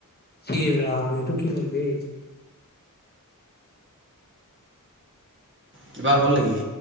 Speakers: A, on the left; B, on the right.
A: এ ৰাম এইটো কি হ'ল হে।
B: কিবা হ'ল নেকি?